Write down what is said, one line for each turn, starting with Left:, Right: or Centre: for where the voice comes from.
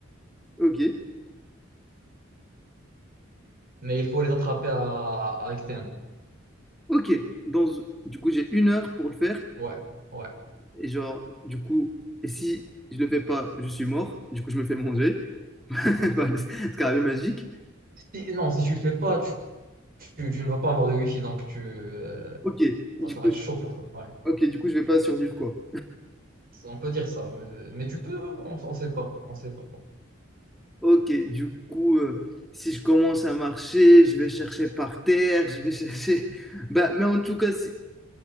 Centre: Ok,
Right: Mais il faut les attraper à, avec tes mains.
Centre: ok. Dans... Du coup, j'ai une heure pour le faire.
Right: Ouais, ouais.
Centre: Et genre, du coup, et si je le fais pas, je suis mort. Du coup, je me fais manger. <laughs> Enfin, C'est carrément magique.
Right: Si- non, si tu le fais pas, tu, tu- tu ne vas pas avoir de wifi, donc tu, euh,
Centre: Ok,
Right: donc
Centre: du
Right: ça
Centre: coup,
Right: va être
Centre: je...
Right: chaud pour toi. Ouais.
Centre: ok, du coup, je vais pas survivre, quoi.
Right: On peut dire ça, mais, mais tu peux, on, on sait pas, on sait pas.
Centre: Ok, du coup, euh, si je commence à marcher, je vais chercher par terre, je vais chercher. <laughs> Bah, mais en tout cas, si...